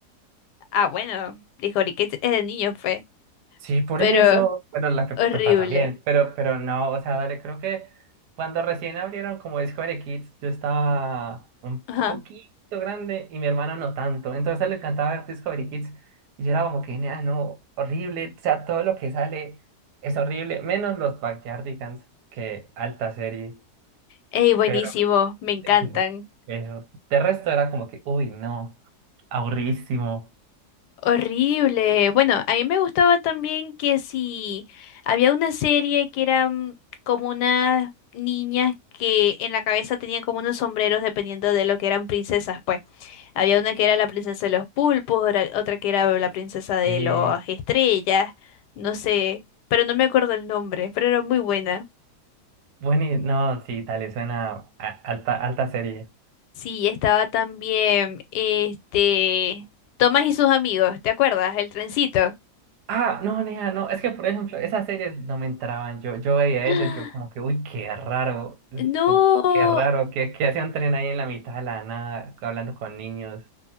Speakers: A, on the left; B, on the right.
A: Ah, bueno, dijo que es es de niños, fe.
B: Sí, por
A: Pero
B: eso. Bueno, la pe-
A: horrible.
B: Pepa también, pero, pero no, o sea, dale, creo que cuando recién abrieron como Discovery Kids, yo estaba un
A: Ajá.
B: poquito grande y mi hermano no tanto. Entonces a él le encantaba ver Discovery Kids y yo era como que, "Nah, no, horrible, o sea, todo lo que sale es horrible, menos los Backyardigans, que alta serie,
A: Ey, buenísimo,
B: pero
A: me encantan.
B: <laughs> eso. De resto era como que, uy, no, aburridísimo.
A: Horrible. Bueno, a mí me gustaba también que si había una serie que eran como unas niñas que en la cabeza tenían como unos sombreros dependiendo de lo que eran princesas, pues. Había una que era la princesa de los pulpos, ora- otra que era la princesa de
B: Eh,
A: las estrellas, no sé, pero no me acuerdo el nombre, pero era muy buena.
B: Bueno, y- no, sí, dale, suena a- alta, alta serie.
A: Sí, estaba también este Tomás y sus amigos, ¿te acuerdas? El trencito.
B: Ah, no, nea, no, es que por ejemplo, esas series no me entraban. Yo, yo veía
A: <gasps>
B: eso, y yo como que, uy, qué raro, esto,
A: No,
B: qué raro, que, que hace un tren ahí en la mitad de la nada, hablando con niños.